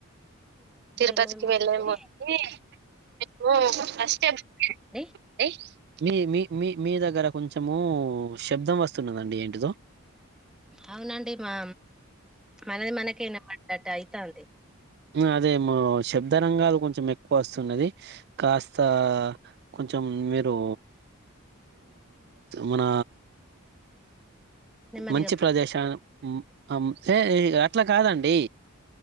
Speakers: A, on the right (about 50°); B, in the centre.
A: తిరుపతికి
B: వెళ్ళే ముందు
A: వెళ్లేముందే మీరు ఫస్ట్ డే బుక్
B: అండి
A: చేసుకోండి మీ మీ మీ మీ దగ్గర కొంచెము శబ్దం వస్తున్నదండి ఏంటిదో
B: అవునండి మా మనది మనకే వినపడ్డట్టు అయితాంది
A: నాకు అదేమో శబ్ద రంగాలు కొంచెం ఎక్కువ వస్తున్నది కాస్త కొంచెం మీరు మన
B: నెమ్మదిగా
A: మంచి ప్రదేశనం ఆమ్ సే ఇగ అట్లా కాదండి